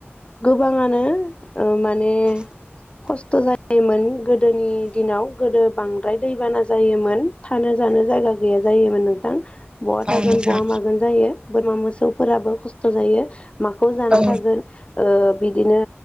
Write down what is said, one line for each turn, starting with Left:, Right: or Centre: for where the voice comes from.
Left: गोबाङानो ओ माने खस्थ' जायोमोन गोदोनि दिनाव गोदो बांद्राय दैबाना जायोमोन थानो जानो जायगा गैया जायोमोन नोंथां बहा
Right: औ
Left: थागोन
Right: नोंथां
Left: बहा मागोन जायो बोरमा मोसौफोराबो खस्थ' जायो माखौ जाना
Right: औ
Left: थागोन ओ बिदिनो